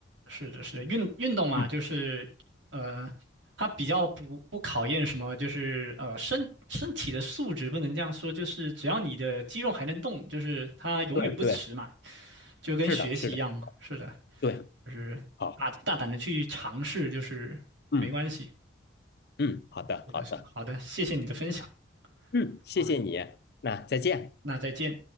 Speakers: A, on the right (about 80°); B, on the left (about 55°).
A: 是的，是的，运运动嘛，
B: 嗯，
A: 就是呃，它比较不不考验什么，就是呃身身体的素质不能这样说，就是只要你的肌肉还能动，就是它永远不迟嘛，
B: 对对，
A: 就跟学习一样嘛。
B: 是的，是的，
A: 是的，
B: 对，
A: 就是大大胆的去尝试，
B: 好，
A: 就是没关系。
B: 嗯嗯，好的，
A: 是的，
B: 好的，
A: 是的，好的，谢谢你的分享
B: 嗯，谢谢你，
A: 啊，
B: 那再见。
A: 那再见。